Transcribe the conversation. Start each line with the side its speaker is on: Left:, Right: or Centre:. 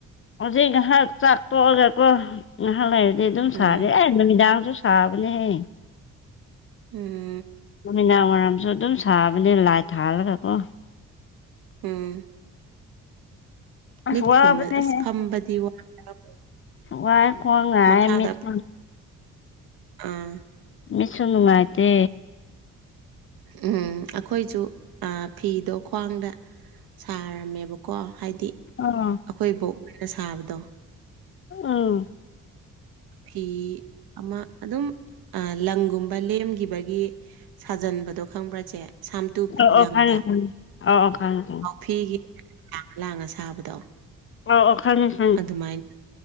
Left: ꯍꯧꯖꯤꯛ ꯉꯥꯏꯍꯥꯛ ꯆꯥꯛ ꯇꯣꯛꯑꯒꯀꯣ ꯉꯥꯏꯍꯥꯛ ꯂꯩꯔꯗꯤ ꯑꯗꯨꯝ ꯁꯥꯔꯦ
Right: ꯎꯝ
Left: ꯑꯩ ꯅꯨꯃꯤꯗꯥꯡꯁꯨ ꯁꯥꯕꯅꯦꯍꯦ
Right: ꯎꯝ
Left: ꯅꯨꯃꯤꯗꯥꯡ ꯋꯥꯏꯔꯝꯁꯨ ꯑꯗꯨꯝ ꯁꯥꯕꯅꯦ ꯂꯥꯏꯠ ꯊꯥꯜꯂꯒ ꯀꯣ
Right: ꯎꯝ
Left: ꯑꯁ
Right: ꯃꯤꯠꯀꯨꯝꯕꯗ
Left: ꯋꯥꯕꯅꯦꯍꯦ
Right: ꯑꯁ ꯐꯝꯕꯗꯤ ꯋꯥꯕ
Left: ꯋꯥꯏ ꯈꯣꯡ ꯅꯥꯏ
Right: ꯃꯈꯥꯗ
Left: ꯃꯤꯠꯁꯨ
Right: ꯎꯝ
Left: ꯃꯤꯠꯁꯨ ꯅꯨꯡꯉꯥꯏꯇꯦ꯫
Right: ꯎꯝ ꯑꯩꯈꯣꯏꯁꯨ ꯐꯤꯗꯣ ꯈ꯭ꯋꯥꯡꯗ ꯁꯥꯔꯝꯃꯦꯕꯀꯣ ꯍꯥꯏꯗꯤ ꯑꯩꯈꯣꯏ
Left: ꯑꯣ
Right: ꯕꯣꯛ ꯍꯣꯏꯅ ꯁꯥꯕꯗꯣ
Left: ꯎꯝ
Right: ꯐꯤ ꯑꯃ ꯑꯗꯨꯝ ꯂꯪꯒꯨꯝꯕ ꯂꯦꯝꯈꯤꯕꯒꯤ ꯁꯥꯖꯟꯕꯗꯣ ꯈꯪꯕ꯭ꯔ ꯆꯦ ꯁꯥꯝꯇꯨ
Left: ꯑꯣ ꯑꯣ
Right: ꯂꯪꯗ
Left: ꯈꯪꯉꯦ ꯈꯪꯉꯦ ꯑꯣ ꯑꯣ ꯈꯪꯉꯦ ꯈꯪꯉꯦ
Right: ꯐꯤꯒꯤ ꯂꯥꯡꯉ ꯂꯥꯡꯉ ꯁꯥꯕꯗꯣ
Left: ꯑ ꯑꯣ ꯈꯪꯉꯦ꯫ ꯈꯪꯉꯦ
Right: ꯑꯗꯨꯃꯥꯏꯅ